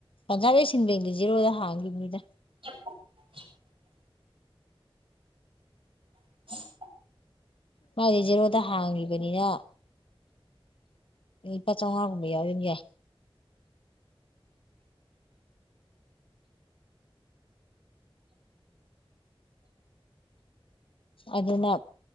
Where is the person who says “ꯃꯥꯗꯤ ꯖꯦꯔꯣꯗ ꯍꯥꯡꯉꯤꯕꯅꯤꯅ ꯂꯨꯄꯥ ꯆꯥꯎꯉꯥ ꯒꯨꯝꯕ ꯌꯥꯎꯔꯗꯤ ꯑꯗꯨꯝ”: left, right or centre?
Left